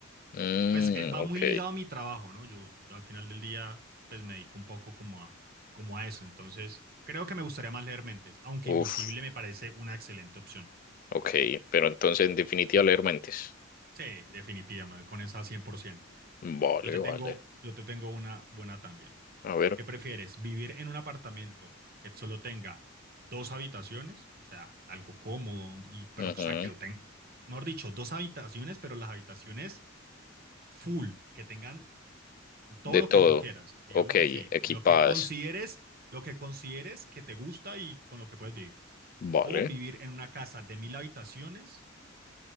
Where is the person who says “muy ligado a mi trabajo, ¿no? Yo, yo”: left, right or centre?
Right